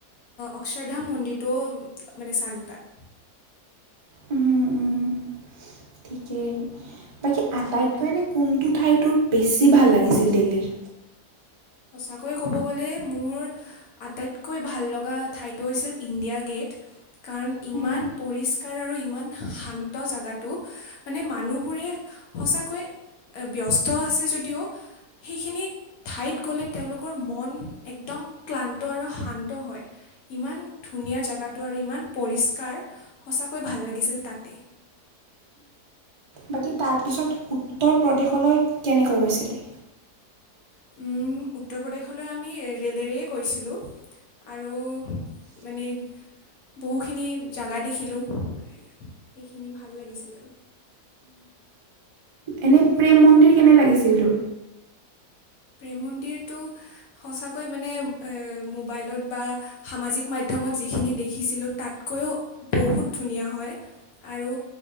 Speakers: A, on the left; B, on the right.
A: অক্ষৰধাম মন্দিৰ তো মানে চালোঁ তাত
B: উম উম ঠিকেই বাকী আটাইতকৈ এনেই কোনটো ঠাই তোৰ বেছি ভাল লাগিছিল দিল্লীৰ
A: সঁচাকৈয়ে ক'ব গ'লে মোৰ আটাইতকৈ ভাল লগা ঠাইটো হৈছিল ইণ্ডিয়া গেট কাৰণ ইমান
B: উম,
A: পৰিষ্কাৰ আৰু ইমান শান্ত জাগাটো মানে মানুহবোৰে সঁচাকৈ ব্যস্ত আছে যদিও সেইখিনি ঠাইত গ'লে তেওঁলোকৰ মন একদম ক্লান্ত আৰু শান্ত হয়। ইমান ধুনীয়া জেগাটো আৰু ইমান পৰিষ্কাৰ সঁচাকৈ ভাল লাগিছিল তাতে
B: বাকী তাৰপিছত উত্তৰ প্ৰদেশলৈ কেনেকৈ গৈছিলি
A: উম উত্তৰ প্ৰদেশলৈ আমি ৰে'লেৰেই গৈছিলোঁ আৰু মানে বহুখিনি জাগা দেখিলোঁ সেইখিনি ভাল লাগিছিল আৰু
B: এনেই প্ৰেম মন্দিৰ কেনে লাগিছিল তোৰ
A: প্ৰেম মন্দিৰটো সঁচাকৈ মানে এ মোবাইলত বা সামাজিক মাধ্যমত যিখিনি দেখিছিলোঁ তাতকৈও বহুত ধুনীয়া হয় আৰু